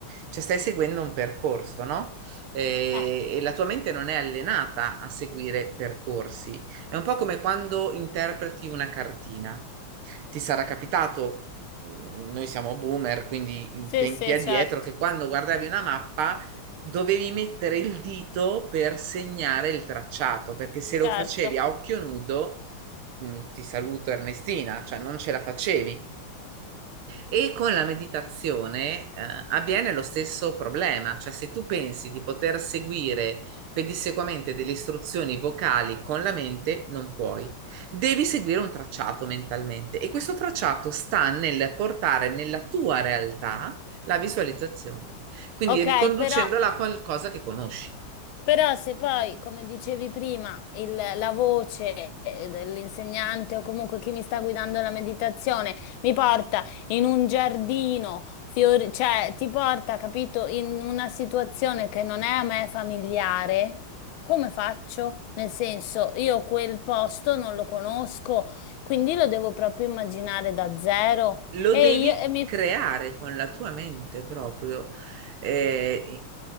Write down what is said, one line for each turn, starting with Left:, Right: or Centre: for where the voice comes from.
Right: Cioè stai seguendo un percorso, no? Eh,
Left: Eh,
Right: E, la tua mente non è allenata a seguire percorsi. È un po' come quando interpreti una cartina. Ti sarà capitato, mh, noi siamo boomer, quindi in
Left: sì,
Right: tempi
Left: sì,
Right: addietro,
Left: certo,
Right: che quando guardavi una mappa dovevi mettere il dito per segnare il tracciato, perché se
Left: certo.
Right: lo facevi a occhio nudo, mh, ti saluto Ernestina, cioè non ce la facevi. E con la meditazione, eh, avviene lo stesso problema, cioè se tu pensi di poter seguire pedissequamente delle istruzioni vocali con la mente, non puoi. Devi seguire un tracciato mentalmente e questo tracciato sta nel portare nella tua realtà la visualizzazione, quindi
Left: Ok,
Right: riconducendola
Left: però
Right: a qualcosa che conosci.
Left: Però se poi, come dicevi prima, il- la voce eh, dell'insegnante o comunque chi mi sta guidando la meditazione mi porta in un giardino, fiori- cioè ti porta, capito, in una situazione che non è a me familiare, come faccio? Nel senso, io quel posto non lo conosco, quindi lo devo proprio immaginare da zero.
Right: lo
Left: E,
Right: devi
Left: io, e mi
Right: creare con la tua mente proprio. Eh,